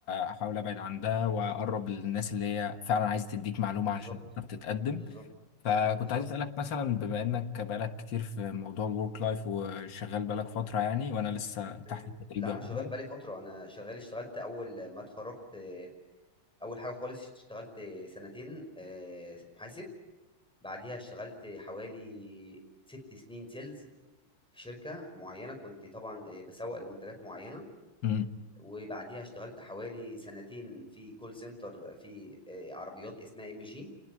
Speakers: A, on the left; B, in the centre.
A: آه، احاول ابعد عن ده واقرب للناس اللي هي فعلا عايزه تديك معلومه
B: بالضبط،
A: علشان تقدر تتقدم
B: بالضبط،
A: فكنت
B: بالضبط،
A: عايز اسالك مثلا بما انك بقالك كتير في موضوع الورك لايف وشغال بقالك فتره يعني وانا لسه تحت
B: تمام،
A: التدريب
B: لأ
A: يعتبر
B: أنا شغال بقى لي فترة، أنا شغال اشتغلت أول ما اتخرجت آه، أول حاجة خالص اشتغلت سنتين آآ، محاسب، بعديها اشتغلت حوالي 6 سنين sales في شركة معينة كنت طبعًا آآ باسوّق لمنتجات معينة،
A: امم
B: وبعديها اشتغلت حوالي سنتين في call center في آآ عربيات اسمها MG،